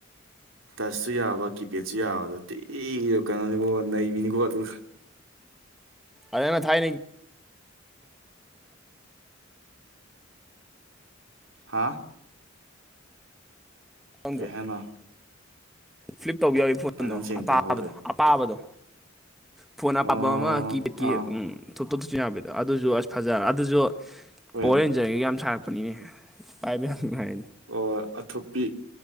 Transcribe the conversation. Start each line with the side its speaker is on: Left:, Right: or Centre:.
Right: ꯇꯁꯁꯨ ꯌꯥꯕ ꯀꯤꯄꯦꯗꯁꯨ ꯌꯥꯕ ꯑꯗꯨ ꯊꯤ ꯀꯩꯅꯣꯅꯤꯀꯣ ꯅꯩꯕꯤꯅꯤꯀꯣ ꯑꯗꯨꯒ
Centre: ꯑꯗꯨꯅ ꯊꯥꯏꯅꯒꯤ꯫
Right: ꯍꯥꯥ꯫
Centre: ꯈꯪꯗ꯭ꯔꯣ
Right: ꯀꯩꯍꯥꯏꯅꫭ
Centre: ꯐ꯭ꯂꯤꯞ ꯇꯧꯕꯤꯌꯣ ꯍꯥꯏꯌꯣ ꯐꯣꯟꯗꯣ
Right: ꯐꯖꯅ ꯁꯦꯡ
Centre: ꯑꯇꯥꯕꯗꯣ
Right: ꯇꯥꯍꯧꯗ꯭ꯔꯦ
Centre: ꯑꯄꯥꯕꯗꯣ ꯐꯣꯟ
Right: ꯑꯣ
Centre: ꯑꯄꯞꯄ ꯑꯃ ꯀꯤ ꯀꯤ
Right: ꯑꯥ
Centre: ꯎꯝ ꯊꯨꯞ ꯇꯨꯞ ꯊꯨꯞꯁꯤꯟ ꯌꯥꯕꯤꯗꯣ ꯑꯗꯨꯖꯨ ꯑꯁ ꯐꯖ ꯑꯗꯨꯖꯨ
Right: ꯍꯣꯏ
Centre: ꯄꯣꯋꯔ ꯔꯦꯟꯖꯔꯒꯤ ꯌꯥꯝ ꯁꯥꯔꯛꯄꯅꯤꯅꯦ ꯄꯥꯏꯕ ꯌꯥꯝ ꯄꯥꯏꯔꯛꯏꯗ
Right: ꯑꯣ ꯑꯊꯨꯞꯄꯤ